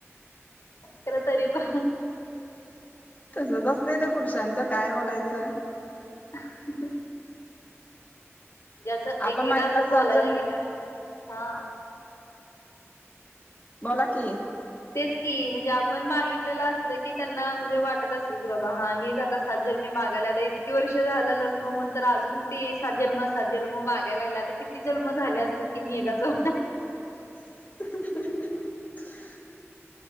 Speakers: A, on the left (about 75°); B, on the left (about 30°).
A: खर तरी प
B: तसच असतंय त्या पुरुषांचं काय बोलायचं.
A: <inaudible> जे जसं
B: आपण
A: एकएकदा
B: मागितला
A: असं
B: सात
A: बोलायला
B: जन्मी
A: गेल्या हा
B: बोला की
A: तेच की म्हणजे आपण मागितलेलं असलं की त्यांना म्हणजे वाटत असल की बाबा हा हीच आता सात जन्मी मागाल्या आता इतकी वर्ष झाल लग्न हून, तर आजून ती सात जन्म, सात जन्म मागाय लागल्या आता किती जन जलम झाले असतील की मी हिजाच होणार
B: <inaudible>